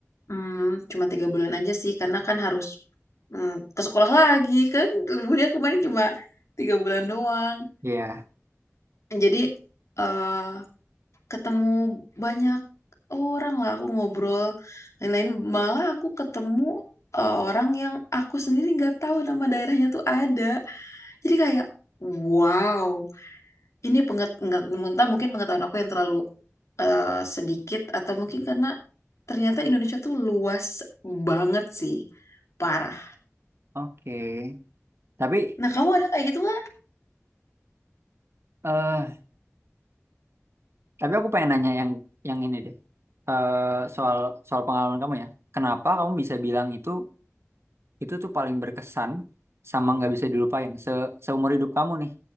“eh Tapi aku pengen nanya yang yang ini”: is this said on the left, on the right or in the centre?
Right